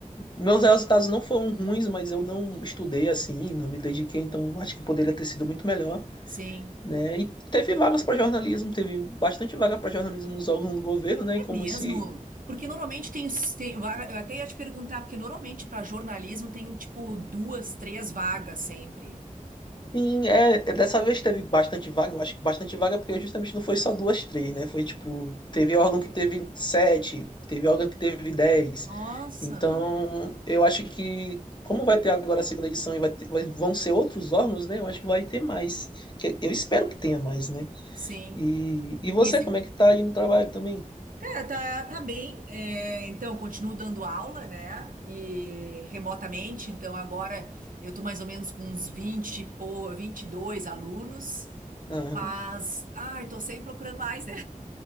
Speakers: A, on the left (about 35°); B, on the right (about 80°).
A: meus resultados não foram ruins, mas eu não estudei assim, não me dediquei, então acho que poderia ter sido muito melhor.
B: sim.
A: né? E teve vagas para jornalismo, teve bastante vaga para jornalismo nos órgãos do governo, né?
B: É
A: E como
B: mesmo?
A: esse.
B: Porque normalmente tem, tem- eu até ia te perguntar, porque normalmente para jornalismo tem tipo duas, três vagas sempre.
A: Sim, é, é, dessa vez teve bastante vaga, eu acho que bastante vaga, porque justamente não foi só duas, três, né? Foi tipo, teve órgão que teve sete, teve órgão que teve dez.
B: Nossa,
A: Então, eu acho que, como vai ter agora a segunda edição e vai ter- vai- vão ser outros órgãos, né? Eu acho que vai ter mais. Que- Eu espero que tenha mais, né?
B: sim.
A: E, e você,
B: E esse
A: como é que tá aí no trabalho também?
B: Cara, tá, tá bem. É, então, continuo dando aula, né? E remotamente. Então, agora eu tô mais ou menos com uns vinte e pou- 22 alunos.
A: Aham.
B: Mas, ai, tô sempre procurando mais, né?